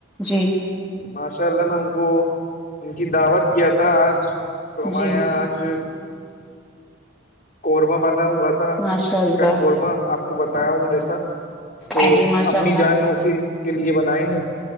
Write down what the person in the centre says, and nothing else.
جی
جی
ماشاء اللہ
جی جی ماشاء
اللہ